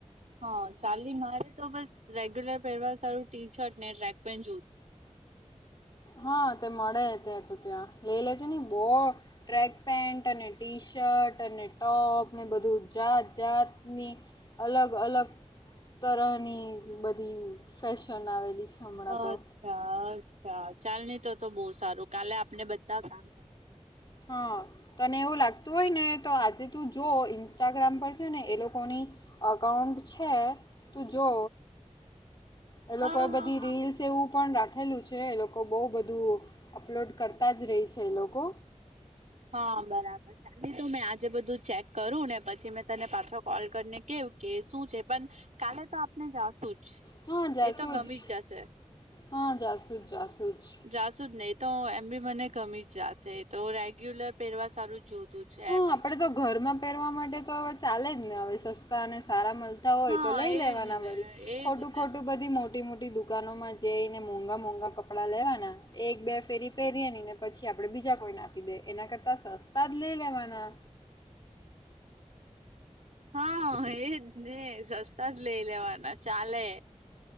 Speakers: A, on the right; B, on the left.
A: હા ચાલની મારે તો બસ રેગ્યુલર પહેરવા સારું ટી શર્ટ ને ટ્રેક પેન્ટ જોતું
B: હા તે મળે ત્યાં તો ત્યાં લઈ લેજે ને બો ટ્રેક પેન્ટ અને ટી શર્ટ અને ટોપ ને બધું જાત જાતની અલગ અલગ તરહની બધી ફેશન આવેલી છે. હમણાં
A: અચ્છા
B: તો
A: અચ્છા ચાલની તો તો બહુ સારું કાલે આપને બધા કામ
B: હ તને એવું લાગ તું હોય ને તો આજે તું જો ઇન્સ્ટાગ્રામ પર છે ને એ લોકોની અકાઉન્ટ છે તું જો એ લોકો
A: હા હા
B: એ બધી
A: હા
B: રીલ્સ તેવું પણ રાખેલું છે એ લોકો બહુ બધું અપલોડ કરતા જ રહે છે એ લોકો.
A: હા બરાબર. ચાલની તો મેં આજે બધું ચેક કરું ને પછી મેં તને પાછો કોલ કરીને કેવું કે શું છે પણ કાલે તો આપને જાશું જ.
B: હા જાસું
A: એ તો ગમી
B: જ
A: જશે
B: હા જાસુ જાસું જ.
A: જાશુ જ નહી તો એમ બી મને ગમી જ જાશે એતો રેગ્યુલર પહેરવા સારું જ જોતું છે
B: હા
A: એમ
B: આપડે
A: જ
B: તો ઘરમાં પહેરવા માટે તો હવે ચાલે જ ને હવે સસ્તા અને સારા મલ તા હોય
A: હા
B: તો લઈ લેવાના
A: એજ ને
B: વરી
A: એજ
B: ખોટું
A: ને
B: ખોટું બધી મોટી દુકાનોમાં જઈને મોંઘાં મોઘા કપડાં લેવાના એક બે ફેરી પહેરીએનીને પછી આપણે બીજા કોઈને આપી દે એના કરતાં સસ્તા જ લઈ લેવાના.
A: હા એજ એજ ને સસ્તા જ લઈ લેવાના ચાલે.